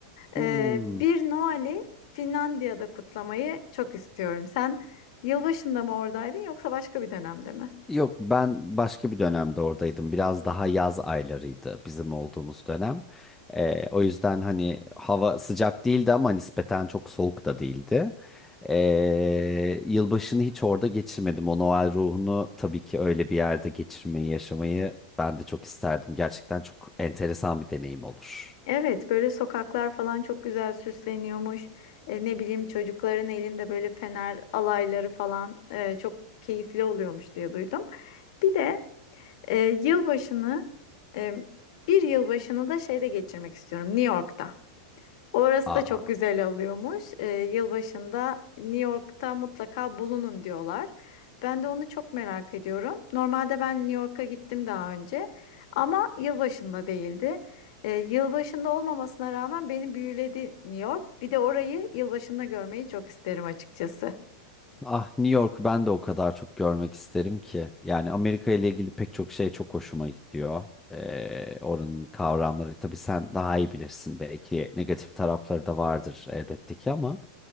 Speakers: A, in the centre; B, on the left.
A: Hmm.
B: Ee, bir Noel'i Finlandiya'da kutlamayı çok istiyorum. Sen yılbaşında mı oradaydın yoksa başka bir dönemde mi?
A: Yok ben başka bir dönemde oradaydım. Biraz daha yaz aylarıydı bizim olduğumuz dönem. Ee, o yüzden hani hava sıcak değildi ama nispeten çok soğuk da değildi. Ee, yılbaşını hiç orada geçirmedim. O Noel ruhunu tabii ki öyle bir yerde geçirmeyi, yaşamayı ben de çok isterdim. Gerçekten çok enteresan bir deneyim olur.
B: Evet, böyle sokaklar falan çok güzel süsleniyormuş. E, ne bileyim çocukların elinde böyle fener alayları falan e, çok keyifli oluyormuş diye duydum. Bir de e, yılbaşını e, bir yılbaşını da şeyde geçirmek istiyorum, New York'ta. Orası
A: Aa.
B: da çok güzel oluyormuş. Ee, yılbaşında New York'ta mutlaka bulunun diyorlar. Ben de onu çok merak ediyorum. Normalde ben New York'a gittim daha önce ama yılbaşında değildi. Ee, yılbaşında olmamasına rağmen beni büyüledi New York. Bir de orayı yılbaşında görmeyi çok isterim açıkçası.
A: Ah New York'u ben de o kadar çok görmek isterim ki. Yani Amerika ile ilgili pek çok şey çok hoşuma gidiyor. Ee, oranın kavramları tabii sen daha iyi bilirsin belki negatif tarafları da vardır elbette ki ama